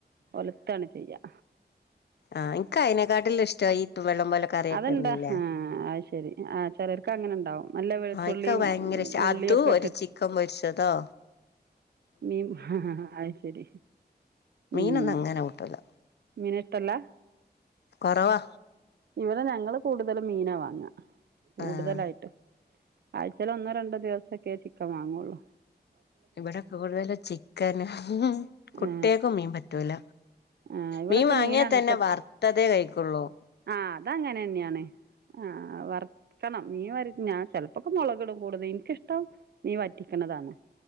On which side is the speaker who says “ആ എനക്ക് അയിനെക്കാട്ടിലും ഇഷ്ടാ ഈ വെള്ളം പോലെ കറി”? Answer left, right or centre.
Left